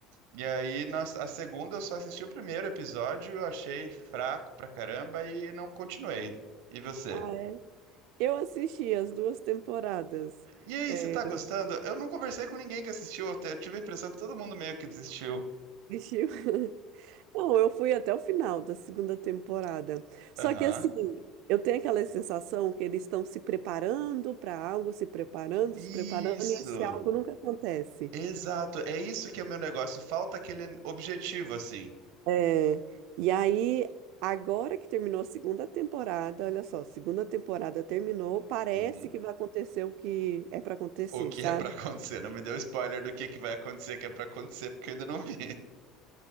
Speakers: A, on the right; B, on the right.
A: E aí nós, a segunda eu só assisti o primeiro episódio, eu achei fraco pra caramba e não continuei. E você?
B: Ah, é. Eu assisti as duas temporadas.
A: E aí,
B: É,
A: você tá gostando? Eu não conversei com ninguém que assistiu, eu te- eu tive a impressão que todo mundo meio que desistiu.
B: assisti- <laughs> Não, eu fui até o final da segunda temporada. Só
A: Aham.
B: que assim, eu tenho aquela sensação que eles estão se preparando para algo, se preparando,
A: Isso.
B: se preparando, e esse algo nunca acontece.
A: Exato. É isso que é o meu negócio. Falta aquele objetivo, assim.
B: É, e aí, agora que terminou a segunda temporada, olha só, segunda temporada terminou, parece
A: Uhum.
B: que vai acontecer o que é para acontecer,
A: O que
B: sabe?
A: é pra <laughs> acontecer? Não me deu spoiler do que que vai acontecer, que é pra acontecer, porque eu ainda não vi.